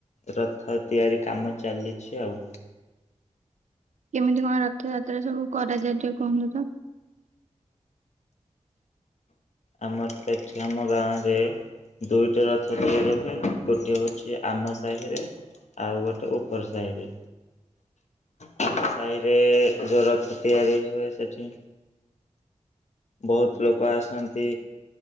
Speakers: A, on the left; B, on the right.
A: ରଥ ତିଆରି କାମ ଚାଲିଛି ଆଉ।
B: କେମିତି କଣ ରଥଯାତ୍ରା ସବୁ କରାଯାଏ ଟିକେ କୁହନ୍ତୁ ତ
A: ଆମର ତ ଏଠି ଆମ ଗାଁରେ ଦୁଇଟା ରଥ ତିଆରି ହୁଏ ଗୋଟିଏ ହଉଛି ଆମ ସାହିରେ ଆଉ ଗୋଟେ ଓପର ସାହିରେ। ସାହିରେ ଯଉ ରଥ ତିଆରି ହୁଏ ସେଠି ବହୁତ ଲୋକ ଆସନ୍ତି